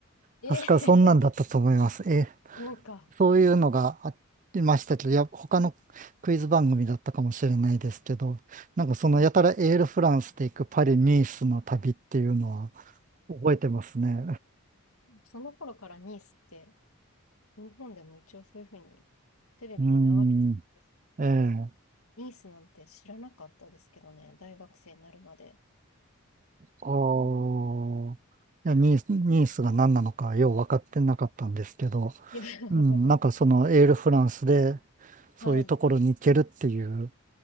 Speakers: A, on the left (about 75°); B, on the right (about 35°).
A: ええ
B: 確かそんなんだったと思います。ええ、
A: <laughs> そうか。
B: そういうのがありましたけど、いや、他のクイズ番組だったかもしれないですけど、なんかそのやたらエールフランスで行くパリ・
A: <laughs> ね
B: ニースの旅っていうのは覚えてますね。
A: その頃からニースって日本でも一応そういうふうにテレビで流れてたんです。
B: うーん、ええ、
A: ニースなんて知らなかったですけどね、大学生になるまで。
B: ああ、
A: うん。
B: いや、ニース、ニースが何なのかよう分かってなかったんですけど、
A: いや <laughs>
B: うん、なんかそのエールフランスでそういうところに行けるっていう
A: はい。